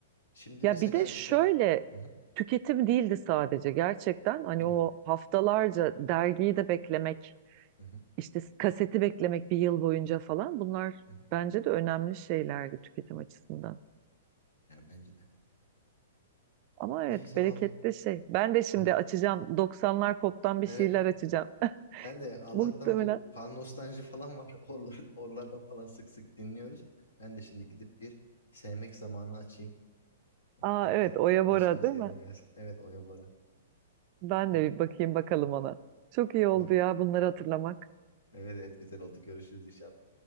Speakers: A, on the left (about 75°); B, on the right (about 40°).
A: şimdi
B: Ya
A: mesela
B: bir de şöyle
A: işte hı hı,
B: tüketim değildi sadece gerçekten. Hani
A: evet,
B: o haftalarca dergiyi de beklemek,
A: hı hı,
B: işte kaseti beklemek bir yıl boyunca falan bunlar
A: hı hı.
B: bence de önemli şeylerdi tüketim açısından.
A: Yani bence de.
B: Ama evet
A: Neyse
B: bereketli
A: vallahi ki-
B: şey. Ben de şimdi
A: an
B: açacağım 90'lar pop'tan bir
A: evet
B: şeyler açacağım.
A: ben de Allah'tan
B: Muhtemelen.
A: bu pan nostalji falan var. <laughs> Oralar, oralardan falan sık sık dinliyoruz. Ben de şimdi gidip bir sevmek zamanı açayım. Ee,
B: Aa
A: Tekrar
B: evet Oya
A: neşemiz
B: Bora değil
A: yerine
B: mi?
A: gelsin. Evet Oya Bora.
B: Ben
A: Hı?
B: de bir bakayım bakalım ona. Çok iyi oldu
A: Tamam.
B: ya bunları hatırlamak.
A: Evet evet güzel oldu. Görüşürüz inşallah.